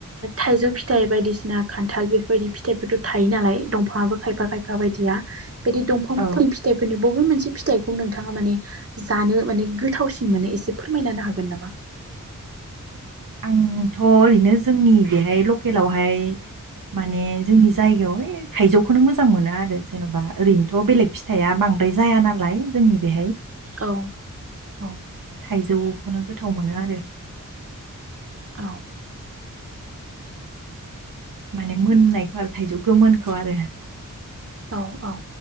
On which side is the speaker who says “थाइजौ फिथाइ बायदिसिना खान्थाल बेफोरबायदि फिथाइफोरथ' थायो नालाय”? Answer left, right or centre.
Right